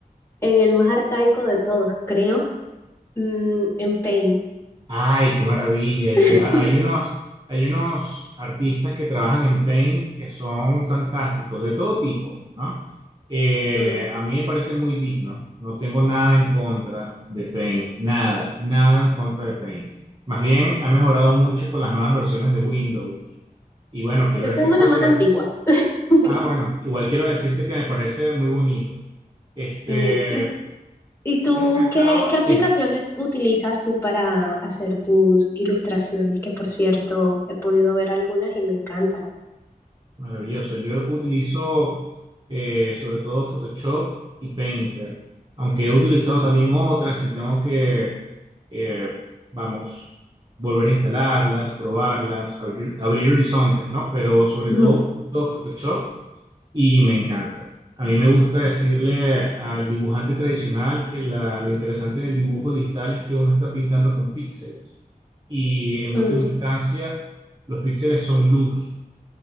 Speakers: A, on the left; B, on the right.
A: En el más arcaico de todos, creo, mm, en Paint.
B: Ay, qué maravilla.
A: <laughs>
B: Yo, hay unos, hay unos artistas que trabajan en Paint que son fantásticos, de todo tipo, ¿no? Eh,
A: Mm,
B: a mí me parece muy digno. No tengo nada en contra de Paint, nada, nada en contra de Paint. Más bien, ha mejorado mucho con las nuevas versiones de Windows. Y bueno, quiero
A: Yo
B: decirte
A: tengo la más
B: que,
A: antigua. <laughs>
B: ah, bueno, igual quiero decirte que me parece muy bonito. Este,
A: Mm, ¿Y y tú
B: ¿tienes pensado?
A: qué, qué aplicaciones
B: Dime.
A: utilizas tú para hacer tus ilustraciones? Que por cierto, he podido ver algunas y me encantan.
B: Maravilloso. Yo utilizo eh, sobre todo Photoshop y Painter, aunque he utilizado también otras y tengo que, eh, vamos, volver a instalarlas, probarlas, abrir, abrir horizontes, ¿no? Pero sobre
A: Ujú.
B: todo, todo Photoshop y me encanta. A mí me gusta decirle al dibujante tradicional que la- lo interesante del dibujo digital es que uno está pintando con píxeles y en
A: Mm,
B: última instancia los píxeles son luz.